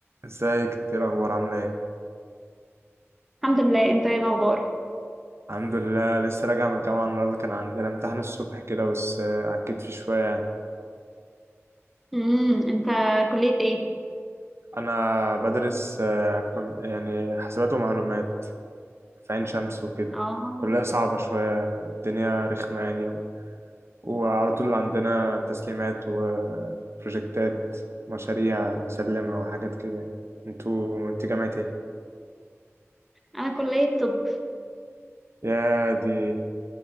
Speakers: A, on the right; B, in the centre.
A: ازيك انت ايه الاخبار عامله ايه
B: الحمد لله انت ايه الاخبار
A: الحمد لله لسه راجع من الجامعه النهارده كان عندنا امتحان الصبح كده بس آه، عكيت فيه شويه يعني
B: امم انت كلية ايه
A: انا بدرس آه، كم- يعني حسابات ومعلومات في عين شمس وكده
B: اه
A: كلها صعبه شويه الدنيا رخمه يعني و... وعلى طول عندنا تسليمات وبروجكتات مشاريع نسلمها وحاجات كده يعني انتوا انت جامعة ايه؟
B: انا كلية طب
A: يا دي